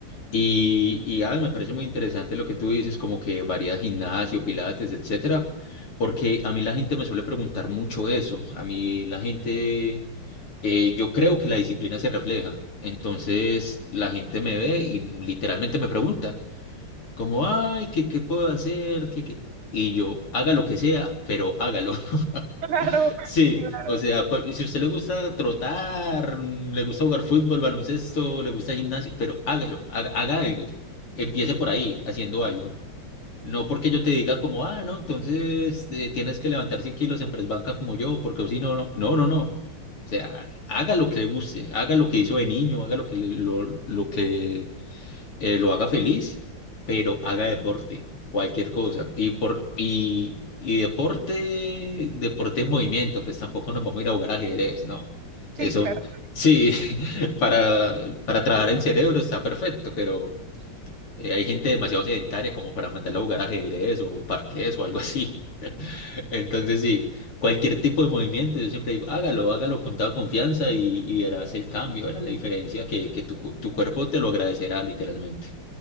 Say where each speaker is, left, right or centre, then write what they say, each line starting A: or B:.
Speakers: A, on the left; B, on the right.
A: Y, y ay, me parece muy interesante lo que tú dices, como que varías gimnasio, pilates, etcétera, porque a mí la gente me suele preguntar mucho eso. A mí la gente, eh, yo creo que la disciplina se refleja. Entonces la gente me ve y literalmente me pregunta, como, ay, ¿qué, qué puedo hacer? ¿Qué, qué? Y yo, haga lo que sea, pero hágalo. <laughs>
B: <laughs> Claro,
A: Sí,
B: claro.
A: o sea, cual- y si a usted le gusta trotar, mm, le gusta jugar fútbol, baloncesto, le gusta gimnasio, pero hágalo, haga, haga algo. Empiece por ahí, haciendo algo. No porque yo te diga como, ah, no, entonces eh, tienes que levantar 100 kilos en press banca como yo, porque si no, no, no, no, no. O sea, haga lo que le guste, haga lo que hizo de niño, haga lo que le- lo, lo que eh, lo haga feliz, pero haga deporte, cualquier cosa. Y, por, y, y deporte, deporte en movimiento, pues tampoco nos vamos a ir a jugar ajedrez, no.
B: Sí,
A: Eso,
B: claro.
A: sí, <laughs> para, para trabajar en cerebro está perfecto, pero eh, hay gente demasiado sedentaria como para mandarla a jugar ajedrez o parqués o algo así. <laughs> Entonces, sí, cualquier tipo de movimiento, yo siempre digo, hágalo, hágalo con toda confianza y, y verás el cambio, verás la diferencia que, que tu, cu- tu cuerpo te lo agradecerá literalmente.